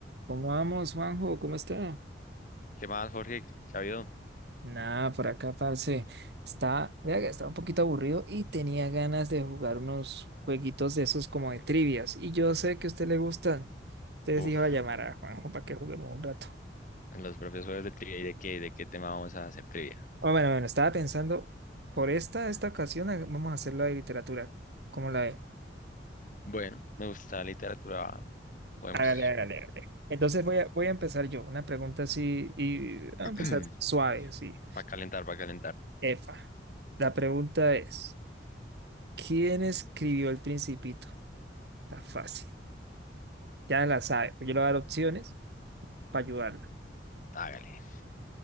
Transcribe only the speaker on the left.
¿Qué más, Jorge? ¿Qué ha habido?
Uf,
en los propios juegos de trivia, ¿y de qué, de qué tema vamos a hacer trivia?
Bueno, me gusta la literatura, podemos.
<clears throat>
Para calentar, para calentar.
Hágale.